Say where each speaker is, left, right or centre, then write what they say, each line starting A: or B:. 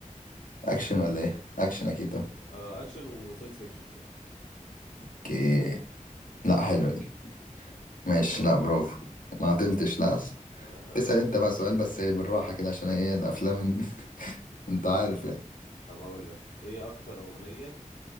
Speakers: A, on the left; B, on the left.
A: اكشن ولا ايه اكشن اكيد طبعا
B: آه اكشن وساينس فيكشن كده
A: اوكي لا حلو
B: آه،
A: دي ماشي
B: طب هقول
A: لا برافو
B: لك
A: ما عطلتش
B: هقول-
A: لا
B: لا
A: تسأل
B: انا في
A: انت بقى سؤال بس إيه، بالراحة كده عشان ايه الافلام <laughs> انت عارف يعني
B: طب هقول لك ايه اكتر اغنيه